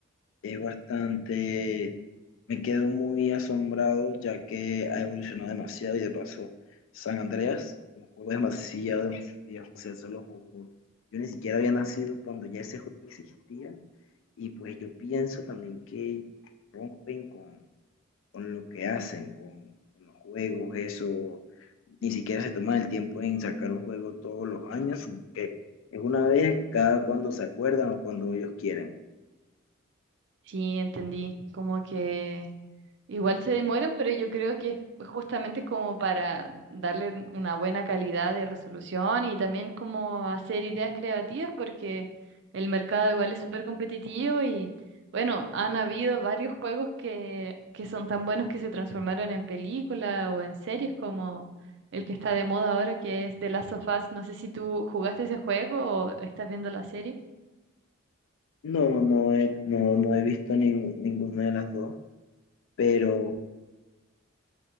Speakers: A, on the left; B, on the right.
A: Es bastante, me quedo muy asombrado ya que ha evolucionado demasiado y de paso, San Andreas, un juego demasiado, demasiado viejo, o sea, eso lo jugó. Yo ni siquiera había nacido cuando ya ese juego existía y pues yo pienso también que rompen con, con lo que hacen, con, con los juegos, eso, ni siquiera se toman el tiempo en sacar un juego todos los años, sino que es una vez cada cuando se acuerdan o cuando ellos quieren.
B: sí, entendí. Como que Igual se demoran, pero yo creo que es pues, justamente como para darle una buena calidad de resolución y también como hacer ideas creativas, porque el mercado igual es súper competitivo y bueno, han habido varios juegos que, que son tan buenos que se transformaron en película o en series como el que está de moda ahora, que es The Last of Us. No sé si tú jugaste ese juego o estás viendo la serie.
A: No, no he, no, no he visto ni- ninguna de las dos, pero